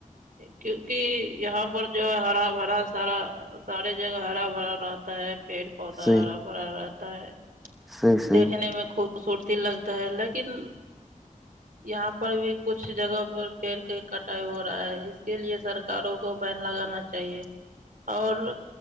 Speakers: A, on the right; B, in the centre.
A: کیونکہ یہاں پر جو ہے ہرا بھرا سارا ساریے جگہ ہرا بھرا رہتا ہے پیڑ پودا
B: صحیح
A: ہرا بھرا رہتا ہے
B: صحیح صحیح
A: دیکھنے میں خوبصورتی لگتا ہے لیکن
B: <inaudible>
A: یہاں پر بھی کچھ جگہ پر پیڑ کا کٹائی ہو رہا ہے اس کے لیے سرک کاروں کو بین لگانا چاہیے اور